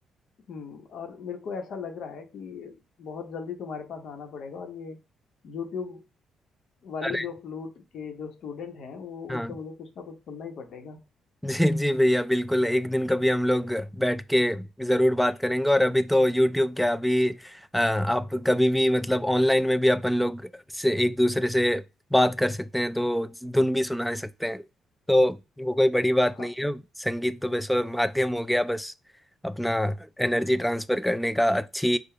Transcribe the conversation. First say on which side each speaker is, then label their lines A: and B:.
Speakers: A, on the left (about 65°); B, in the centre.
A: हम्म और मेरे को ऐसा लग रहा है कि बहुत जल्दी तुम्हारे पास आना पड़ेगा और ये यूट्यूब वाली
B: अरे
A: जो फ्लूट के जो स्टूडेंट हैं वो
B: हाँ
A: उनसे मुझे कुछ ना कुछ सुनना ही पड़ेगा
B: जी जी भैया बिल्कुल एक दिन कभी हम लोग बैठ के जरूर बात करेंगे और अभी तो यूट्यूब क्या अभी अ, आप कभी भी मतलब ऑनलाइन में भी अपन लोग से एक दूसरे से बात कर सकते हैं तो धुन भी सुना सकते हैं तो वो कोई बड़ी बात
A: हाँ
B: नहीं है संगीत तो बस वो माध्यम हो गया बस अपना एनर्जी ट्रांसफर करने का अच्छी